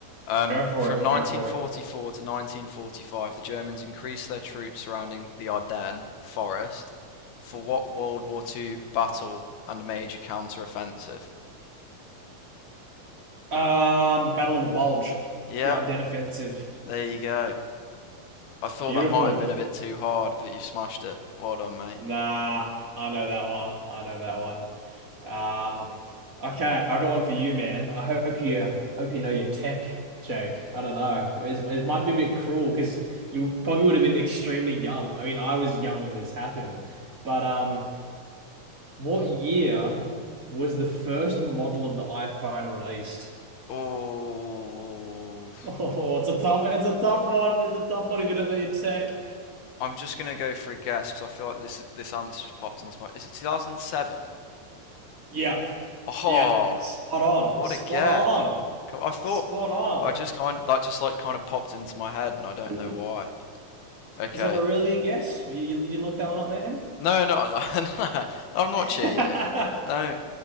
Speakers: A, on the left; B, on the right.
A: Um,
B: Go for
A: from
B: it,
A: 1944
B: go for it.
A: to 1945, the Germans increased their troops surrounding the Ardennes forest for what World War II battle and major counter-offensive?
B: Um, Battle of the Bulge,
A: Yep,
B: the Ardennes Offensive.
A: There you go. I thought
B: Beautiful.
A: that might have been a bit too hard, but you smashed it. Well done, mate.
B: Nah, I know that one. I know that one. Um, okay, I got one for you, man. I hope you hope you know your tech, Jake. I don't know. It, was- it might be a bit cruel because you probably would have been extremely young. I mean, I was young when this happened. But um, what year was the first model of the iPhone released? <laughs>
A: Oh,
B: Oh, it's a tough, it's a tough one. It's a tough one if you don't know your tech.
A: I'm just gonna go for a guess because I feel like this this answer just popped into my. Is it 2007?
B: Yep,
A: Oh,
B: yeah. Spot on,
A: what
B: spot
A: a guess!
B: on,
A: I thought
B: spot on.
A: I just
B: <clears throat>
A: kind of... that just like kind of popped into my head, and I don't
B: Mm.
A: know why. Okay,
B: Was that really a guess? You, you you didn't look that one up, man?
A: no, no, no, <laughs> I'm not
B: <laughs> Hit
A: cheating. Don't,